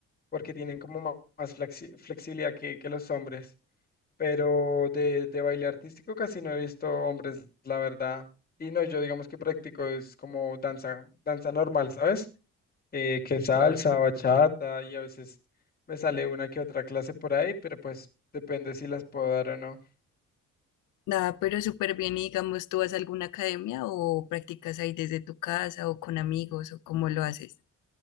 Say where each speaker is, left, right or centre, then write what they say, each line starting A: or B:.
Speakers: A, on the left; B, on the left.
A: porque tienen como ma- más flexi- flexibilidad que, que los hombres. Pero de, de baile artístico casi no he visto hombres, la verdad. Y no, yo digamos que practico es como danza, danza normal, ¿sabes? Eh, que salsa, bachata y a veces me sale una que otra clase por ahí, pero pues depende si las puedo dar o no.
B: nada, pero súper bien. Y digamos, ¿tú vas a alguna academia o practicas ahí desde tu casa o con amigos o cómo lo haces?